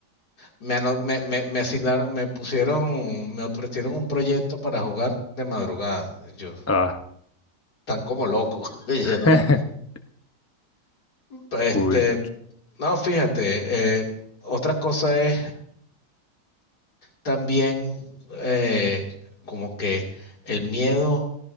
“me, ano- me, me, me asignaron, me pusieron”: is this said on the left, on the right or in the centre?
Left